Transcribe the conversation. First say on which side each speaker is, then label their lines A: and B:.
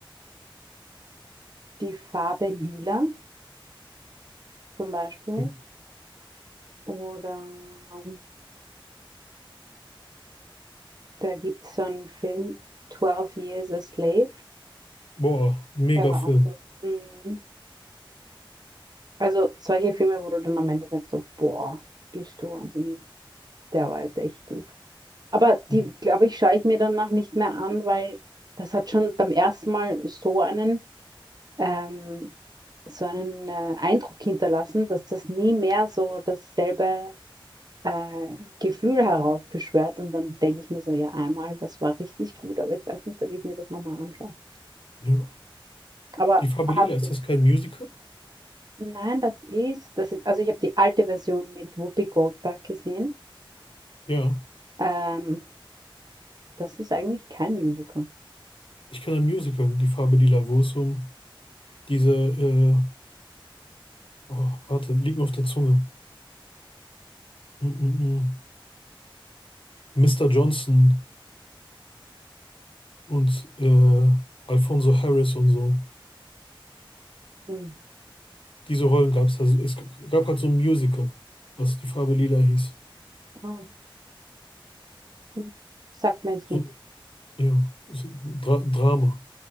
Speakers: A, on the right (about 50°); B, on the left (about 75°).
A: die Farbe Lila zum Beispiel.
B: Okay.
A: Oder ähm, da gibt es so einen Film, 12 Years a Slave.
B: Boah, mega
A: Der war
B: Film.
A: auch gut. Mhm. Also solche Filme, wo du dann am Ende sagst, so, boah, bist du wahnsinnig. Der war jetzt echt gut. Aber
B: Ja,
A: die, glaube ich, schaue ich mir danach nicht mehr an, weil das hat schon beim ersten Mal so einen, ähm, so einen äh, Eindruck hinterlassen, dass das nie mehr so dasselbe äh, Gefühle heraufbeschwört und dann denke ich mir so, ja, einmal, das war richtig gut, aber ich weiß nicht, ob ich mir das nochmal anschaue.
B: ja.
A: Aber
B: Die Farbe
A: hast
B: Lila, ist
A: du,
B: das kein Musical?
A: nein, das ist, das ist, also ich habe die alte Version mit Whoopi Goldberg gesehen.
B: Ja,
A: Ähm, das ist eigentlich kein Musical.
B: ich kenne ein Musical, Die Farbe Lila, wo es um diese, äh, oh, warte, liegt mir auf der Zunge. Mm -mm. mm. Mr. Johnson und äh, Alfonso Harris und so.
A: Hm.
B: Diese Rollen gab es also. Es g- gab halt so ein Musical, was Die Farbe Lila hieß.
A: Ah, hm. Sagt mir jetzt
B: So,
A: nicht.
B: ja, so ein Dra Drama